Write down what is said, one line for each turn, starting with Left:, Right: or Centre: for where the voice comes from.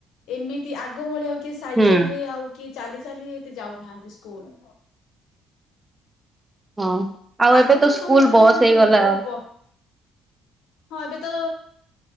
Left: ଏମିତି ଆଗ ଭଳିଆ ଆଉ କିଏ ସାଇକେଲ
Right: ହୁଁ
Left: ରେ ଆଉ କିଏ ଚାଲି ଚାଲି ଏତେ ଯାଉନାହାନ୍ତି ସ୍କୁଲ।
Right: ହଁ ଆଉ ଏବେ
Left: ଆଗକା
Right: ତ ସ୍କୁଲ
Left: ସମୟରେ
Right: ବସ୍
Left: ମାନେ
Right: ହେଇଗଲା
Left: ବହୁତ
Right: ଆଉ।
Left: ବ ହଁ ଏବେ ତ